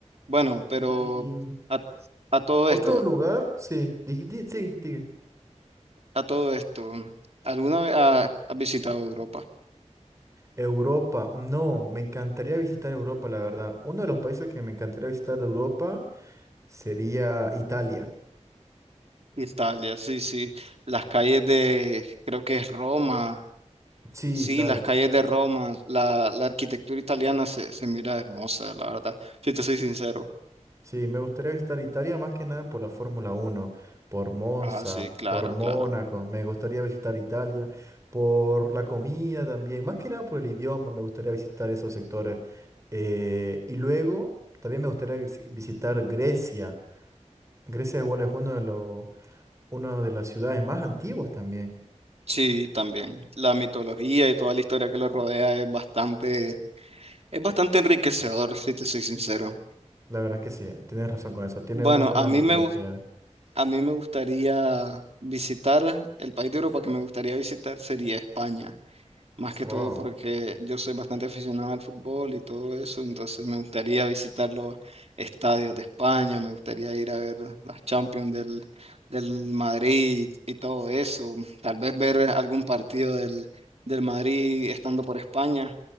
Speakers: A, on the right; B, on the right.
A: Bueno, pero
B: Y,
A: a, a todo
B: Otro
A: esto,
B: lugar, sí, di- di- sigue, sigue.
A: a todo esto, ¿alguna vez ha- has visitado Europa?
B: Europa, no, me encantaría visitar Europa, la verdad. Uno de los países que me encantaría visitar de Europa sería Italia.
A: Italia, sí, sí. Las calles de, creo que es Roma,
B: Sí,
A: sí,
B: claro.
A: las calles de Roma, la, la arquitectura italiana se, se mira hermosa, la verdad, si te soy sincero.
B: Sí, me gustaría visitar Italia más que nada por la Fórmula Uno por Monza,
A: Ah, sí, claro,
B: por Mónaco.
A: claro.
B: Me gustaría visitar Italia, por la comida también, más que nada por el idioma. Me gustaría visitar esos sectores. Eh, y luego también me gustaría vis- visitar Grecia. Grecia igual es uno de los Una de las ciudades más antiguas también.
A: Sí, también. La mitología y toda la historia que lo rodea es bastante, es bastante enriquecedor, si te soy sincero.
B: La verdad es que sí, tienes razón con eso. Tiene
A: Bueno,
B: una buena
A: a mí
B: mitología.
A: me gusta. A mí me gustaría visitar, el país de Europa que me gustaría visitar sería España. Más que
B: Wow,
A: todo porque yo soy bastante aficionado al fútbol y todo eso, entonces me gustaría visitar los estadios de España, me gustaría ir a ver las Champions del, del Madrid y todo eso, tal vez ver algún partido del, del Madrid estando por España,